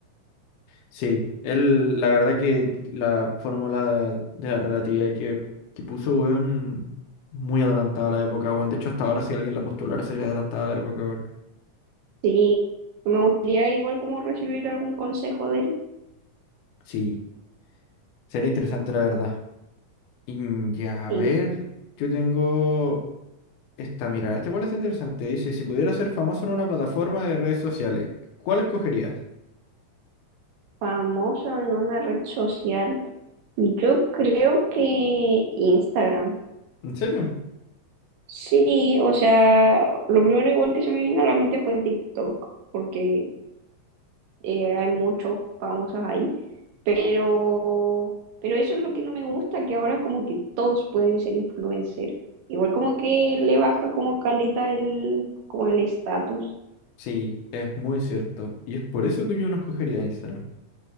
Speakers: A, on the left (about 75°); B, on the right (about 75°).
A: sí. Él, la verdad que la fórmula de la relatividad que, que puso, weón, muy adelantada a la época, weón. De hecho, hasta ahora si alguien la postulara sería adelantada a la época, weón.
B: Sí, me gustaría igual como recibir algún consejo de él.
A: Sí. Sería interesante, la verdad. Y ya, a
B: Sí,
A: ver, yo tengo esta, mira, este igual está interesante. Dice, si pudieras ser famoso en una plataforma de redes sociales, ¿cuál escogerías?
B: famoso en una red social. Yo creo que Instagram.
A: ¿En serio?
B: Sí, o sea, lo primero igual que se me vino a la mente fue TikTok, porque eh, hay muchos famosos ahí, pero, pero eso es lo que no me gusta, que ahora como que todos pueden ser influencer, igual como que le baja como caleta el, como el estatus,
A: Sí, es muy cierto. Y es por eso que yo no escogería Instagram.